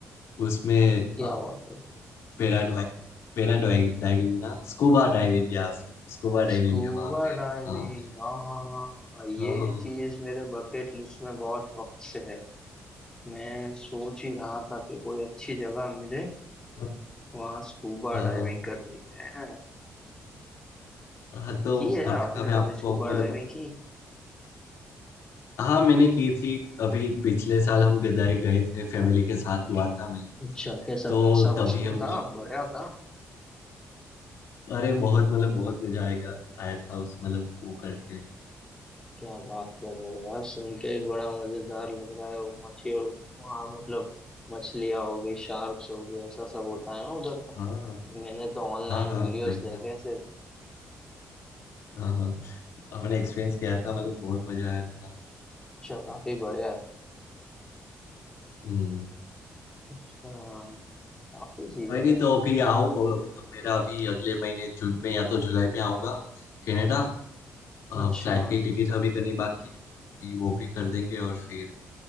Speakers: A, on the left (about 80°); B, on the left (about 15°).
A: उसमें
B: क्या वाटर से
A: पैराडाइविंग पैराडाइविंग ना स्कूबा डाइविंग या स्कूबा डाइविंग
B: स्कूबा
A: है वहाँ पे
B: डाइविंग
A: हाँ।
B: आहा ये
A: हाँ
B: चीज मेरे बकेट लिस्ट में बहुत वक्त से है मैं सोच ही रहा था कि कोई अच्छी जगह मिले
A: हाँ
B: वहां स्कूबा
A: हाँ
B: डाइविंग करनी है
A: हाँ, तो
B: की है
A: वार्का
B: आपने
A: में आपको
B: कभी स्कूबा
A: मतलब
B: डाइविंग की
A: हाँ मैंने की थी अभी पिछले साल हम गदाई गए थे फैमिली के साथ द्वारका में
B: अच्छा कैसा
A: तो
B: पैसा
A: तभी
B: वसूल
A: हमने
B: था बढ़िया था
A: अरे बहुत मतलब बहुत मजा आएगा आया था उस मतलब वो करके
B: क्या बात कर रहे हो यार सुन के ही बड़ा मजेदार लग रहा है वो मछली और वहाँ मतलब मछलियाँ हो गई शार्क्स हो गए ऐसा सब होता है ना उधर का
A: हाँ
B: मैंने तो ऑनलाइन
A: हाँ हाँ
B: वीडियोस
A: वही
B: देखे
A: ना
B: ऐसे
A: हाँ हाँ हमने एक्सपीरियंस किया था मतलब बहुत मजा आया था
B: अच्छा काफी बढ़िया है
A: हम्म
B: अच्छा काफी चीजें
A: कोई नहीं
B: हैं
A: तो अभी आओ और अभी तो मेरा अभी अगले महीने जून में या तो जुलाई में आऊंगा कनाडा आ,
B: अच्छा
A: फ्लाइट की टिकट अभी करनी बाकी है कि वो भी कर देंगे और फिर